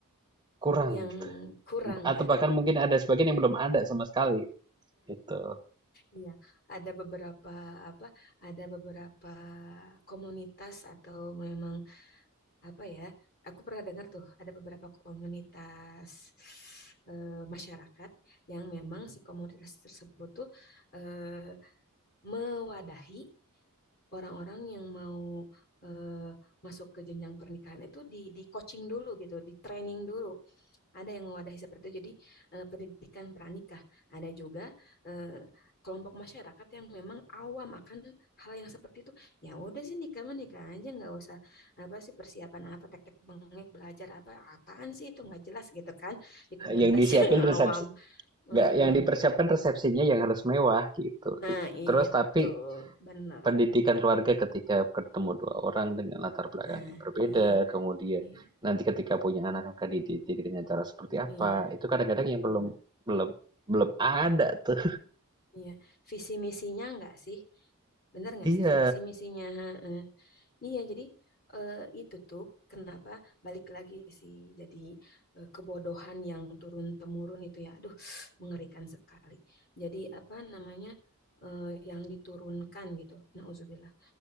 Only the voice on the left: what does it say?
yang
kurang
ya.
Iya, ada beberapa apa? Ada beberapa komunitas atau memang apa ya? Aku pernah dengar tuh ada beberapa komunitas eh, masyarakat yang memang si komunitas tersebut tuh eh, mewadahi orang-orang yang mau eh, masuk ke jenjang pernikahan itu di di coaching dulu gitu, di training dulu. Ada yang mewadahi seperti itu. Jadi eh, pendidikan pranikah. Ada juga eh, kelompok masyarakat yang memang awam akan hal yang seperti itu. Ya udah sih nikah mah nikah aja nggak usah apa sih persiapan apa tek-tek bengek belajar apa apaan sih itu nggak jelas gitu kan di komunitas
<laughs> yang awam.
Heeh.
Nah itu
benar.
Nah
iya
iya
iya.
Mm.
Iya, visi misinya enggak sih? Bener nggak
sih visi misinya? Heeh. Iya, jadi eh, itu tuh kenapa balik lagi sih jadi eh, kebodohan yang turun temurun itu ya, aduh mengerikan sekali. Jadi apa namanya eh, yang diturunkan gitu, nauzubillah.